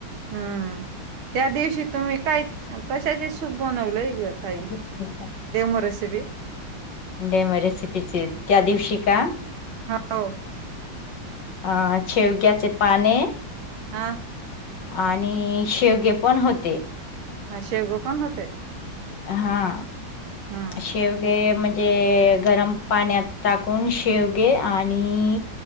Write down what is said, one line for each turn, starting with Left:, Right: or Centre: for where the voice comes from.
Right: हम्म त्या दिवशी तुम्ही काय कशाचे सूप बनवलंय ग ताई
Left: <unintelligible>
Right: डेमो रेसिपी
Left: डेमो रेसिपीचे त्या दिवशी का
Right: हो
Left: अ शेवग्याचे पाने
Right: हा
Left: आणि शेवगे पण होते
Right: हा शेवगो पण होते
Left: हा
Right: हम्म
Left: शेवगे म्हणजे जे गरम पाण्यात टाकून शेवगे आणि